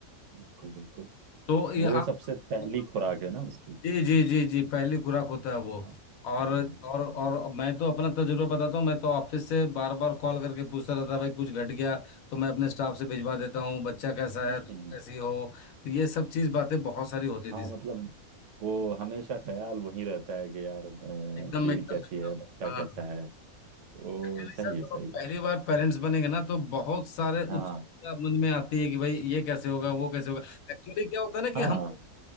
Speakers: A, on the right; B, on the left.
A: बिल्कुल बिल्कुल
B: तो ये
A: वो
B: आप
A: सबसे पहली
B: मतलब
A: खुराक है ना उसकी
B: जी जी जी जी पहली खुराक होता है वो
A: हाँ
B: और
A: हाँ
B: और और मैं तो अपना तजुर्बा बताता हूँ मैं तो ऑफिस से बार बार कॉल करके पूछता रहता भाई कुछ घट गया तो मैं अपने स्टाफ से भिजवा देता हूँ बच्चा कैसा
A: हम्म
B: है
A: हम्म,
B: तुम
A: हम्म।
B: कैसी हो तो ये सब चीज बातें बहुत सारी होती
A: हाँ
B: थी सर
A: मतलब वो हमेशा ख्याल वही रहता है कि यार अ,
B: एकदम
A: बीवी
B: एकदम
A: कैसी
B: एकदम
A: है बच्चा
B: हाँ
A: कैसा है वो
B: एक्चुअली
A: सही
B: सर
A: है
B: जब
A: सही
B: आप
A: है।
B: पहली बार पेरेंट्स बनेंगे ना तो बहुत सारे उत्सुकता
A: हाँ
B: मन में आती है कि भाई ये कैसे होगा वो कैसे होगा एक्चुअली क्या होता है ना
A: हाँ
B: कि हम